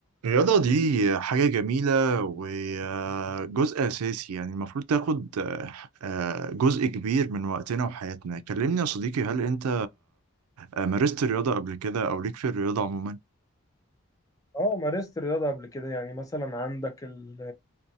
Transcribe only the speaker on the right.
الرياضة دي حاجة جميلة وجزء أساسي يعني المفروض تاخد آه، آه، جزء كبير من وقتنا وحياتنا كلمني يا صديقي هل أنت آه، مارست الرياضة قبل كده أو ليك في الرياضة عموما؟